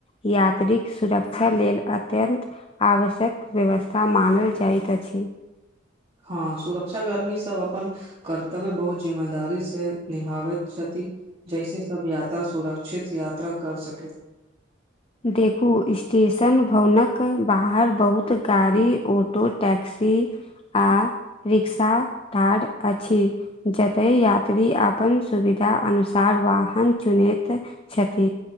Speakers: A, on the left; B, on the right.
A: यात्रीक सुरक्षा लेल अत्यन्त आवश्यक व्यवस्था मानल जाइत अछि
B: हँ सुरक्षा कर्मी सब अपन कर्तव्य बहुत जिम्मेदारी से निभाबैत क्षति जैसे सब यात्रा सुरक्षित यात्रा कर सके
A: देखू स्टेशन भवन क बाहर बहुत गाड़ी ऑटो टैक्सी आ रिक्शा टाइर अछि जतए यात्री अपन सुविधा अनुसार वाहन चुनैत छथिन